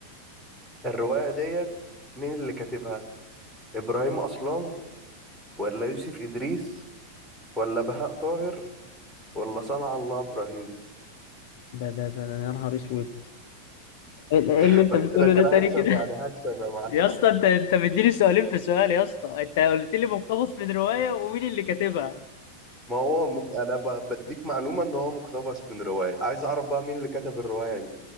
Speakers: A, in the centre; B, on the left (about 50°).
A: الروايه ديت مين اللي كاتبها ابراهيم اصلان ولا يوسف ادريس ولا بهاء طاهر ولا صنع الله ابراهيم
B: ده ده ده ده- يا نهار اسود ال- ايه
A: <laughs>
B: اللي اللي انت
A: قلت
B: بتقوله
A: لك انا
B: ده تاني
A: هكسب
B: كده <laughs>
A: يعني هكسب يا معلم
B: يا اسطى انت انت مديني سؤالين في سؤال يا اسطى انت قلت لي مقتبس من رواية ومين اللي كاتبها
A: ما هو مك... انا ب... بديك معلومه ان هو مقتبس من روايه عايز اعرف بقى مين اللي كتب الروايه دي